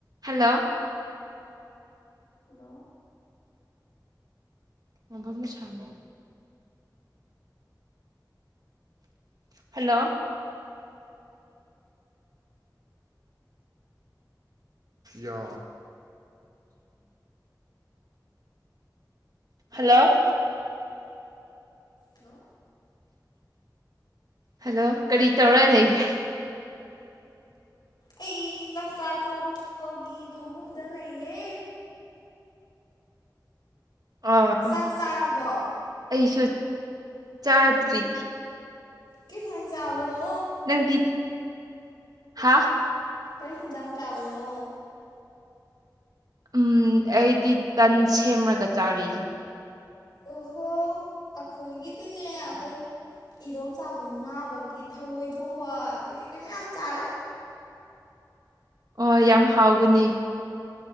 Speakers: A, on the right (about 60°); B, on the left (about 75°).
A: Hello
B: hello
A: ꯃꯕ ꯃꯁꯅ hello ꯌꯥ ꯍꯜꯂꯣ
B: ꯍꯜꯂꯣ
A: ꯍꯜꯂꯣ ꯀꯔꯤ ꯇꯧꯔ ꯂꯩꯒꯦ
B: ꯑꯩ ꯆꯥꯛꯆꯥꯥ ꯇꯣꯛꯄꯒꯤ ꯐꯃꯨꯡꯗ ꯂꯩꯌꯦ
A: ꯑꯣ
B: ꯆꯥꯛ ꯆꯥꯔꯕꯣ
A: ꯑꯩꯁꯨ ꯆꯥꯗ꯭ꯔꯤ
B: ꯀꯩ ꯏꯟꯁꯥꯡ ꯆꯥꯕꯅꯣ
A: ꯅꯪꯗꯤ ꯍꯥ
B: ꯀꯔꯤ ꯌꯦꯟꯖꯥꯡ ꯆꯥꯕꯅꯣ
A: ꯎꯝ ꯑꯩꯗꯤ ꯇꯟ ꯁꯦꯝꯔꯒ ꯆꯥꯔꯤ
B: ꯑꯣꯍꯣ ꯑꯩꯈꯣꯏꯒꯤꯗꯤꯅꯦ ꯑꯩꯈꯣꯏ ꯏꯗꯣꯝꯆꯥꯍꯣꯏ ꯅꯥꯕꯒꯤ ꯊꯔꯣꯏ ꯊꯣꯡꯕ ꯑꯗꯩ ꯀꯩꯀꯩ ꯃꯌꯥꯝ ꯆꯥꯔꯦ
A: ꯑꯣ ꯌꯥꯝ ꯍꯥꯎꯒꯅꯤ